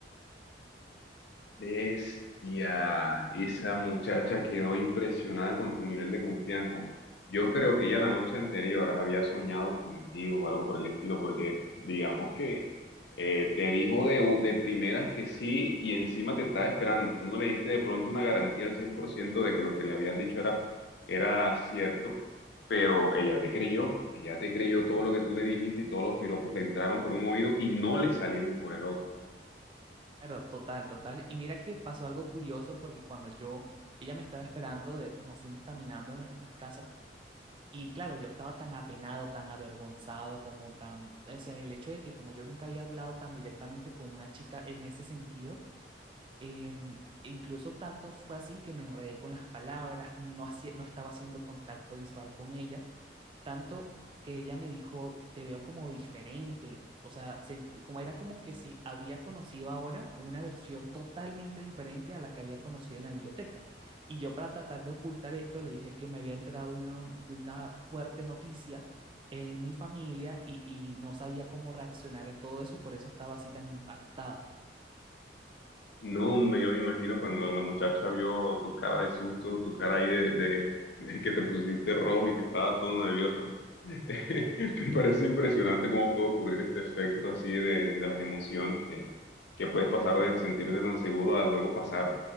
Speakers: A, on the left; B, on the right.
A: ves y a esa muchacha quedó impresionada con tu nivel de confianza. Yo creo que ella la noche anterior había soñado contigo o algo por el estilo, porque digamos que eh, te dijo de, u- de primeras que sí y encima te estaba esperando. Tú no le diste de pronto una garantía al 100% de que lo que le habías dicho era, era cierto, pero ella te creyó, ella te creyó todo lo que tú le dijiste y todos los piropos le entraron por un oído y no le salieron por el otro.
B: Claro, total, total. Y mira que pasó algo curioso porque cuando yo, ella me estaba esperando, de, nos fuimos caminando a nuestras casas Y claro, yo estaba tan apenado, tan avergonzado, como tan, o sea, el hecho de que como yo nunca había hablado tan directamente con una chica en ese sentido, em, e incluso tanto fue así que me enredé con las palabras, no, hacía- no estaba haciendo contacto visual con ella tanto que ella me dijo, te veo como diferente, o sea, se- como era como que si había conocido ahora una versión totalmente diferente a la que había conocido en la biblioteca. Y yo para tratar de ocultar esto le dije que me había enterado de una, no- de una fuerte noticia en mi familia y, y no sabía cómo reaccionar a todo eso y por eso estaba así tan impactado.
A: No, hombre, yo me imagino cuando la muchacha vio tu cara de susto, tu cara ahí de, de, <laughs> de que te pusiste rojo y que estaba todo nervioso. <laughs> Me parece impresionante cómo puede ocurrir este efecto así de, de las emociones que, que puedes pasar de sentirte tan seguro a luego pasar